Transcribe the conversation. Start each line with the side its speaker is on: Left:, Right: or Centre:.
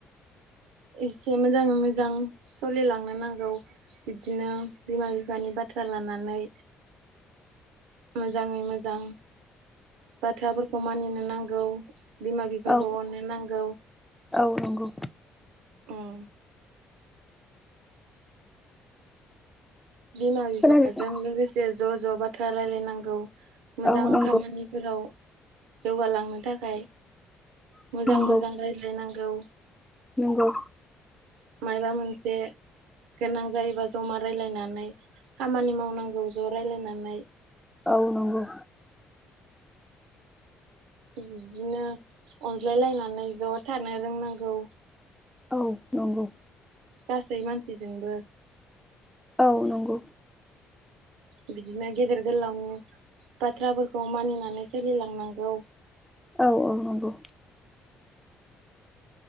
Right: एसे मोजाङै मोजां सोलिलांनो नांगौ बिदिनो बिमा बिफानि बाथ्रा लानानै। मोजाङै मोजां बाथ्राफोरखौ मानिनो नांगौ। बिमा बिफाखौ
Centre: औ
Right: अननो नांगौ
Centre: औ नंगौ
Right: उम बिमा बिफाजों
Centre: खोनादों
Right: लोगोसे ज' ज' बाथ्रा रायलायनांगौ। मोजां
Centre: औ नंगौ
Right: खामानिफोराव जौगालांनो थाखाय
Centre: नंगौ
Right: मोजां मोजां रायज्लायनांगौ। गौ।
Centre: नंगौ।
Right: माबा मोनसे गोनां जायोबा जमा रायलायनानै खामानि मावनांगौ ज' रायलायनानै।
Centre: औ नंगौ।
Right: बिदिनो अनज्लाय लायनानै ज' थानो रोंनांगौ।
Centre: औ नंगौ।
Right: गासै मानसिजोंबो
Centre: औ नंगौ।
Right: बिदिनो गेदेर गोलावनि बाथ्राफोरखौ मानिनानै सोलिलांनांगौ।
Centre: औ औ नंगौ।